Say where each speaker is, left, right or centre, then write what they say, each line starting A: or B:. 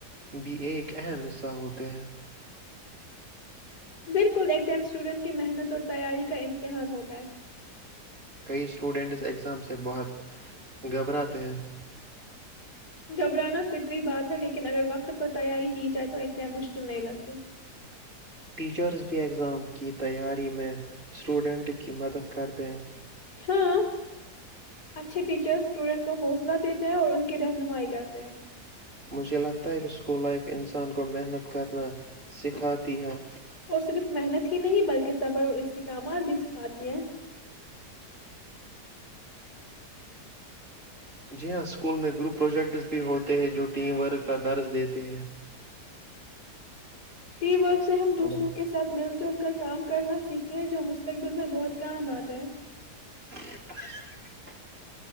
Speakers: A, on the right; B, on the left.
A: بھی ایک اہم حصہ ہوتے ہیں
B: بالکل ایگزام اسٹوڈنٹ کی محنت اور تیاری کا امتحان ہوتا ہے
A: کئی اسٹوڈنٹس ایگزام سے بہت گھبراتے ہیں
B: گھبرانا فطری بات ہے لیکن اگر وقت پر تیاری کی جائے تو ایگزام مشکل نہیں لگتے
A: ٹیچرز بھی ایگزام کی تیاری میں سٹوڈنٹ کی مدد کرتے ہیں
B: ہاں اچھے ٹیچر اسٹوڈینٹ کو حوصلہ دیتے ہیں اور ان کی رہنمائی کرتے ہیں
A: مجھے لگتا ہے کہ اسکول لائف انسان کو محنت کرنا سکھاتی ہے
B: اور صرف محنت ہی نہیں بلکہ صبر اور استحکامات بھی سکھاتی ہیں
A: جی ہاں اسکول میں گروپ پروجیکٹس بھی ہوتے ہیں جو ٹیم ورک کا درز دیتے ہیں
B: ٹی وکس سے ہم دوسروں
A: ہلو
B: کے ساتھ مل جل کر کام کرنا سیکھتے ہیں جو مستقبل میں بہت کام آتا تے
A: ج